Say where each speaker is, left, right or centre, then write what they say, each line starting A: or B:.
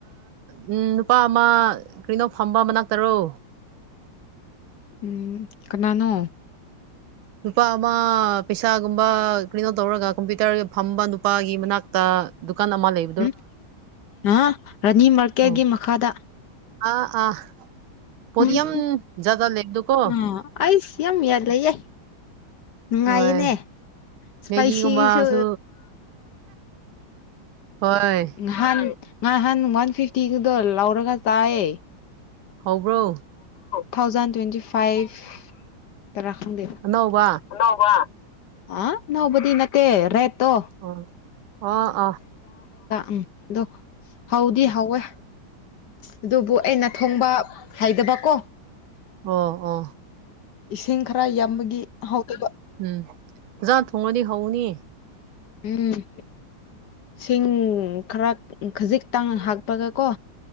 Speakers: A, on the right; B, on the left.
A: ꯎꯝ ꯅꯨꯄꯥ ꯑꯃ ꯀꯔꯤꯅꯣ ꯐꯝꯕ ꯃꯅꯥꯛꯇꯔꯣ
B: ꯎꯝ ꯀꯅꯥꯅꯣ
A: ꯅꯨꯄꯥ ꯑꯃ ꯄꯩꯁꯥꯒꯨꯝꯕ ꯀ꯭ꯔꯤꯅꯣ ꯇꯧꯔꯒ ꯀꯝꯄ꯭ꯌꯨꯇꯔ ꯐꯝꯕ ꯅꯨꯄꯥꯒꯤ ꯃꯅꯥꯛ ꯗꯨꯀꯥꯟ ꯑꯃ ꯂꯩ
B: ꯎꯝ ꯑꯥ ꯔꯥꯅꯤ ꯃꯥꯔꯀꯦꯠꯒꯤ
A: ꯎ
B: ꯃꯈꯥꯗ
A: ꯑꯥ ꯑꯥ ꯄꯣꯠ
B: ꯎꯝ
A: ꯌꯥꯝ ꯖꯥꯒ ꯂꯩꯕꯗꯨꯀꯣ
B: ꯑꯥ ꯑꯩꯁ ꯌꯥꯥꯝ ꯂꯩꯌꯦ ꯅꯨꯪꯉꯥꯏꯌꯦꯅꯦ
A: ꯍꯣꯏ
B: ꯁꯄ꯭ꯥꯢꯁꯤ
A: ꯃꯦꯒꯤꯒꯨꯝꯕꯁꯨ
B: ꯁꯨ
A: ꯍꯣꯏ
B: ꯅꯍꯥꯟ ꯉꯍꯥꯟ ꯋꯥꯟ ꯐꯤꯐꯇꯤꯗꯨꯗꯣ ꯂꯧꯔꯒ ꯆꯥꯏꯌꯦ꯫
A: ꯍꯧꯕ꯭ꯔꯣ
B: ꯊꯥꯎꯖꯟ ꯇ꯭ꯋꯦꯟꯇꯤ ꯐꯥꯏꯚ ꯇꯔꯥ ꯈꯪꯗꯦ
A: ꯑꯅꯧꯕꯥ
B: ꯑꯅꯧꯕ ꯑꯅꯧꯕꯗꯤ ꯅꯠꯇꯦ ꯔꯦꯠꯇꯣ
A: ꯑꯣ ꯑꯥ ꯑꯥ
B: ꯎꯝ ꯑꯗꯨ ꯍꯥꯎꯗꯤ ꯍꯧꯋꯦ ꯑꯗꯨꯕꯨ ꯑꯩꯅ ꯊꯣꯡꯕ ꯍꯩꯗꯕꯀꯣ
A: ꯍꯣ ꯍꯣ
B: ꯏꯁꯤꯡ ꯈꯔ ꯌꯥꯝꯕꯒꯤ ꯍꯥꯎꯗꯕ
A: ꯎꯝ ꯖꯥꯠ ꯊꯣꯡꯉꯗꯤ ꯍꯧꯅꯤ
B: ꯎꯝ ꯁꯤꯡ ꯈꯔ ꯈꯖꯤꯛꯇꯪ ꯍꯥꯞꯄꯒ ꯀꯣ